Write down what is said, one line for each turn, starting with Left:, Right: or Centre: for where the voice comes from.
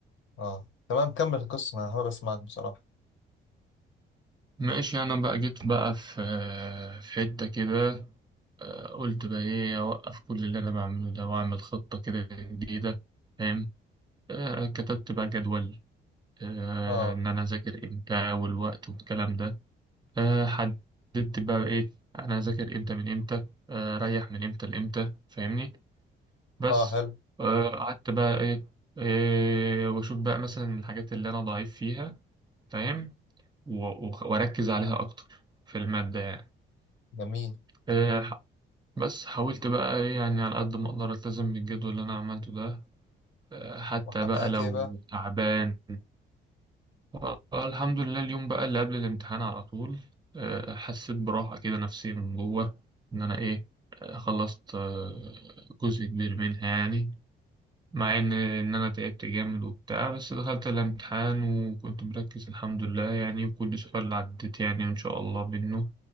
Left: آه. تمام كمل القصة انا حابب اسمعك بصراحة
Right: ماشي أنا بقى جيت بقى في في حتة كده آه، قلت بقى إيه أوقف كل اللي أنا بعمله ده وأعمل خطة كده جديدة فاهم آه، كتبت بقى جدول آه،
Left: اه
Right: ان انا اذاكر امتى والوقت والكلام ده آه، حددت بقى ايه انا هذاكر امتى من امتى آه، اريح من امتى لامتى فاهمني بس
Left: اه حلو
Right: آه، قعدت بقى ايه إيه واشوف بقى مثلا الحاجات اللي انا ضعيف فيها فاهم و- وخ- واركز عليها اكتر في المادة يعني
Left: جميل
Right: آه، ح- بس حاولت بقى ايه يعني على قد ما اقدر التزم بالجدول اللي انا عملته ده آه، حتى
Left: وحققت
Right: بقى لو
Left: ايه بقى
Right: تعبان آه، الحمد لله اليوم بقى اللي قبل الامتحان على طول آه، حسيت براحة كده نفسية من جوه إن أنا إيه آه، خلصت آه، جزء كبير منها يعني مع ان ان انا تعبت جامد وبتاع بس دخلت الامتحان وكنت مركز الحمد لله يعني وكل سؤال عديت يعني ان شاء الله منه